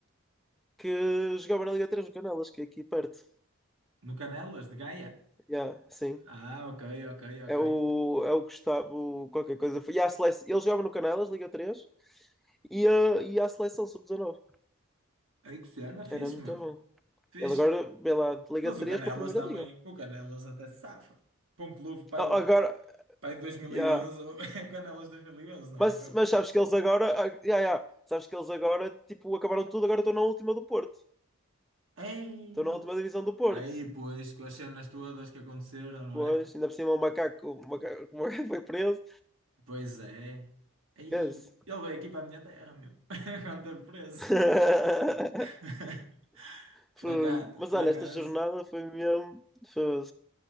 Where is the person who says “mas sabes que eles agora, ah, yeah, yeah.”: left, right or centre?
Centre